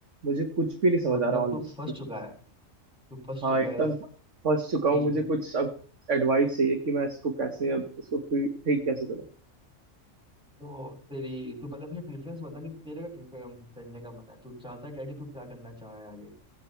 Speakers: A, on the right; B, in the centre.
A: मुझे कुछ भी नहीं समझ
B: तो मतलब
A: आ रहा ऑनलाइन
B: तू फंस चुका है तू फंस
A: हाँ
B: चुका
A: एकदम
B: है इस
A: फंस चुका
B: चीज
A: हूँ मुझे
B: में
A: कुछ अब एडवाइस चाहिए कि मैं इसको कैसे अब इसको फिर ठीक कैसे करूं
B: तो तेरी तू पहले अपनी प्रेफरेंस बता कि तेरे का क्या काम- करने का मन है तू चाहता क्या है कि तू क्या करना चाह रहा है आगे